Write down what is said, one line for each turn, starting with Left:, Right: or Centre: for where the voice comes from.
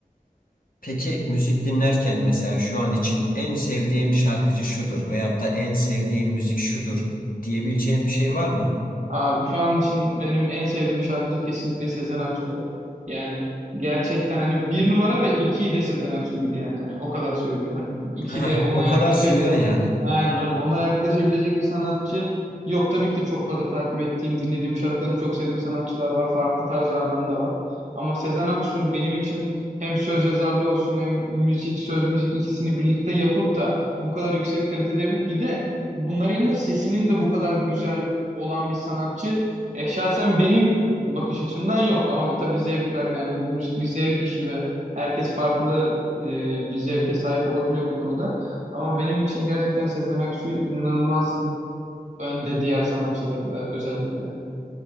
Left: Peki müzik dinlerken mesela şu an için en sevdiğim şarkıcı şudur veyahut da en sevdiğim müzik şudur diyebileceğim bir şey var mı?
Right: Abi şu an için benim en sevdiğim şarkıcı kesinlikle Sezen Aksu. Yani gerçekten hani bir numara ve iki de Sezen Aksu'dur yani. Hani o kadar söyleyeyim. Hani iki
Left: <laughs>
Right: de ona
Left: O
Right: yaklaşabil
Left: kadar seviyorsun yani.
Right: Aynen hani ona yaklaşabilecek bir sanatçı yok. Tabii ki de çok fazla takip ettiğim, dinlediğim şarkılarını çok sevdiğim sanatçılar var. Farklı tarzlardan da var. Ama Sezen Aksu benim için hem söz yazarlığı olsun hem müzik, söz müzik ikisini birlikte yapıp da bu kadar yüksek kalitede yapıp bir de bunların yanında sesinin de bu kadar güzel olan bir sanatçı. E, şahsen benim bakış açımdan yok ama tabii zevkler yani bu müzik bir zevk işi ve herkes farklı e, bir zevke sahip olabiliyor bu konuda. Ama benim için gerçekten Sezen Aksu inanılmaz önde diğer sanatçıları da özellikle.